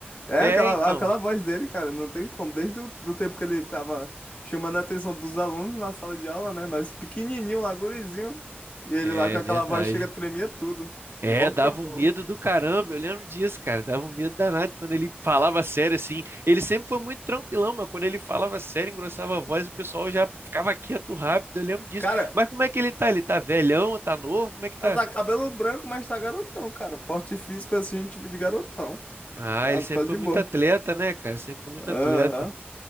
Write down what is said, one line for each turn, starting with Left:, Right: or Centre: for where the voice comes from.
Left: É
Right: É,
Left: aquela,
Right: então.
Left: aquela voz dele, cara, não tem como. Desde o do tempo que ele ficava chamando a atenção dos alunos na sala de aula, né? Nós pequenininho lá, gurizinho. E ele
Right: É
Left: lá com aquela
Right: verdade.
Left: voz chega, tremia tudo.
Right: É,
Left: Igual o
Right: dava
Left: trovão.
Right: um medo do caramba, eu lembro disso, cara. Dava um medo danado quando ele falava sério assim. Ele sempre foi muito tranquilão, mas quando ele falava sério, engrossava a voz, o pessoal já ficava quieto rápido, eu lembro disso.
Left: Cara,
Right: Mas como é que ele tá? Ele tá velhão, tá novo? Como é que tá?
Left: tá cabelo branco, mas tá garotão, cara. Porte físico assim, tipo de garotão.
Right: Ah,
Left: Tá,
Right: ele sempre
Left: tá de
Right: foi
Left: boa.
Right: muito atleta, né, cara? Sempre foi muito
Left: Aham.
Right: atleta.